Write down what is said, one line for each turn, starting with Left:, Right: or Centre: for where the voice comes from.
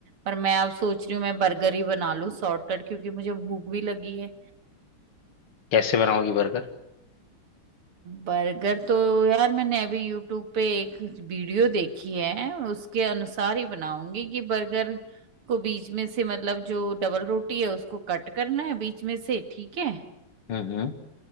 Right: पर मैं अब सोच रही हूँ मैं बर्गर ही बना लूं शॉर्टकट क्योंकि मुझे भूख भी लगी है
Left: कैसे बनाओगी बर्गर
Right: बर्गर तो यार मैंने अभी यूट्यूब पे एक वीडियो देखी है उसके अनुसार ही बनाऊंगी कि बर्गर को बीच में से मतलब जो डबल रोटी है उसको कट करना है बीच में से ठीक है
Left: हम्म हम्म